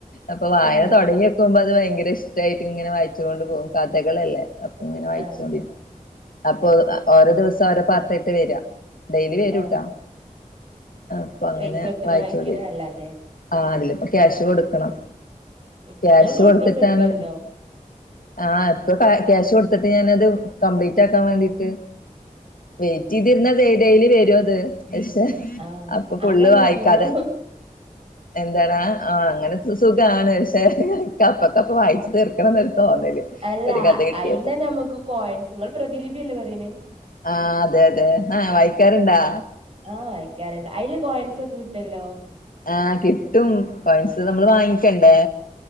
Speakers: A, on the left; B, on the right.
A: അപ്പൊ വായന
B: ആഹ്
A: തൊടങ്യോക്കുമ്പോ അത് ഭയങ്കര ഇഷ്ടായിട്ട് ങ്ങനെ വായിച്ചോണ്ട് പോവും കഥകളല്ലേ പ്പങ്ങനെ വായിച്ചോണ്ടിരി
B: ആഹ്
A: അപ്പൊ ഓരോ ദിവസം ഓരോ പാർട്ടായിട്ട വെര ഡെയ്ലി വെരൂട്ടോ
B: ആഹ്
A: അപ്പങ്ങനെ
B: പൈസ കൊടുത്തിട്ടാ
A: വായിച്ചോണ്ടിരി
B: വായിക്ക്ണെ അല്ലാതെ
A: ആ അതിലിപ്പൊ ക്യാഷ് കൊടുക്കണം
B: ഉം
A: ക്യാഷ്
B: ഇങ്ങള് കൊ
A: കൊടുത്തിട്ടാണ്
B: പൈസ കൊടുക്കലുണ്ടോ
A: ആ ഇപ്പൊ കാ ക്യാഷ് കൊടുത്തിട്ട് ഞാനത് കംപ്ലീറ്റാക്കാൻ വേണ്ടീട്ട് വെയിറ്റ്തിരുന്ന ഡെയ്ലി വെരും അത് പക്ഷെ
B: ആഹ്
A: അപ്പൊ ഫുള്ള്
B: അതല്ലേ
A: വായിക്കാതെ
B: സുഖം
A: എന്തടാ ആ അങ്ങനെ സുഖാണ് പക്ഷെ കപ്പക്കപ്പ വായിച്ച് തീർ ക്കണം ന്നൊരു തോന്നല്
B: അല്ല
A: ഒരു കഥ കിട്ടിയപ്പോ
B: അയിന്ന് നമ്മക്ക് കോയിൻസ് ങ്ങള് പ്രതിലിഭില്ലേ പറീണേ
A: ആ അതെ അതെ ആ വായിക്കാറ്ണ്ടോ
B: ആ വായിക്കാറ്ണ്ട് അയ്ല് കോയിൻസൊക്കെ കിട്ടൊല്ലോ
A: ആ കിട്ടും പൈസ നമ്മള് വാങ്ങിക്കണ്ടേ